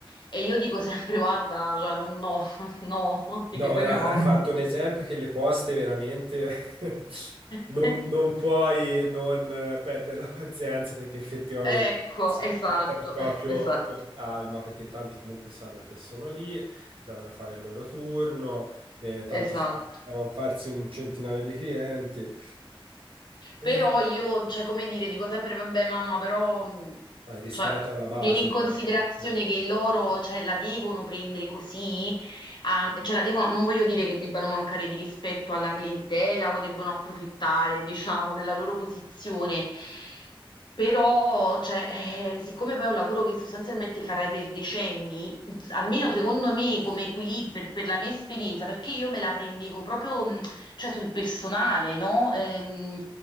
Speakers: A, on the left; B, on the right.
A: E io dico sempre, <laughs> guarda, cioè, non- no, <laughs> no, che
B: No, ora
A: poi mia mamma...
B: hai fatto un esempio che le poste veramente <laughs>
A: <laughs>
B: non,
A: Mm.
B: non puoi non eh, perdere la pazienza perché effettivamente
A: Ecco,
B: se
A: esatto,
B: la prendono proprio
A: esatto,
B: con calma perché tanto comunque sanno che sono lì, devono fare il loro turno, eh, tanto
A: esatto.
B: sanno che devono farsi un centinaio di clienti. E,
A: Però io, cioè, come dire, dico sempre, vabbè, mamma, però, mh,
B: poi rispetto
A: cioè,
B: alla base
A: tieni in
B: ovviamente.
A: considerazione che loro, cioè, la devono prendere così, an- cioè, la devono, non voglio dire che debbano mancare di rispetto alla clientela o debbano approfittare, diciamo, della loro posizione. Però, cioè, eh, siccome poi è un lavoro che sostanzialmente farai per decenni, almeno secondo me
B: Eh, sì.
A: come equilibrio, per la mia esperienza, perché io me la prendevo proprio, mh, cioè, sul personale, no? Ehm,